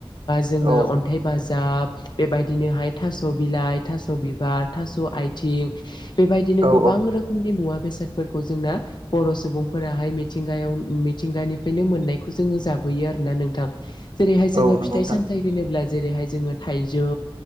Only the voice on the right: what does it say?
औ
औ
औ
नंगौ
नोंथां